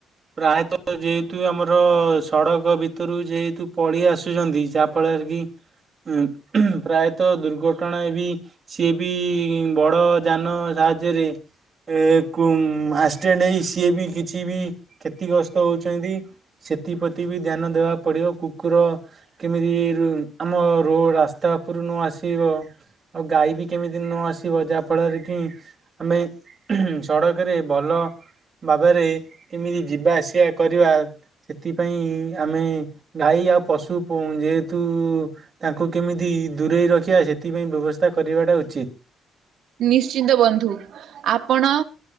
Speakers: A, on the right; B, on the right.
A: ପ୍ରାୟତଃ ଯେହେତୁ ଆମର ସଡକ ଭିତରୁ ଯେହେତୁ ପଳି ଆସୁଛନ୍ତି ଯାହାଫଳରେ କି। ଉଁ ପ୍ରାୟତଃ ଦୁର୍ଘଟଣା ବି। ସିଏ ବି ବଡ଼ ଯାନ ସାହାଯ୍ୟରେ। ଏ କୁ ଉଁ ଆକ୍ସିଡେଣ୍ଟ ହେଇ ସିଏ ବି କିଛି ବି କ୍ଷତିଗ୍ରସ୍ତ ହଉଛନ୍ତି। ସେଥିପ୍ରତି ବି ଧ୍ୟାନ ଦେବାକୁ ପଡିବ କୁକୁର, କେମିତି ରୁ ଆମ ରୋଡ଼ ରାସ୍ତା ଉପରୁ ନ ଆସିବ। ଆଉ ଗାଈ ବି କେମିତି ନ ଆସିବ ଯାହା ଫଳରେ କି ଆମେ। ସଡ଼କରେ ଭଲ ଭାବରେ କେମିତି ଯିବା ଆସିବା କରିବା। ସେଥିପାଇଁ ଆମେ ଗାଈ ଆଉ ପଶୁ। ଯେହେତୁ! ତାଙ୍କୁ କେମିତି ଦୂରେଇ ରଖିବା ସେଥିପାଇଁ ବ୍ୟବସ୍ଥା କରିବାଟା ଉଚିତ୍
B: ନିଶ୍ଚିନ୍ତ ବନ୍ଧୁ ଆପଣ।